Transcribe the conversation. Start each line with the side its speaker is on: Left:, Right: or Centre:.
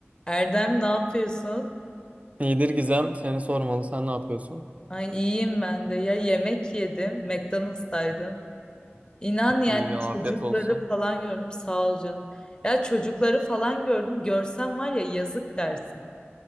Left: Erdem ne yapıyorsun?
Right: İyidir Gizem. Seni sormalı. Sen ne yapıyorsun?
Left: Ay iyiyim ben de. Ya yemek yedim. McDonald's'taydım. İnan yani
Right: İyi, afiyet
Left: çocukları
Right: olsun.
Left: falan gördüm. Sağ ol canım. Ya çocukları falan gördüm. Görsen var ya yazık dersin.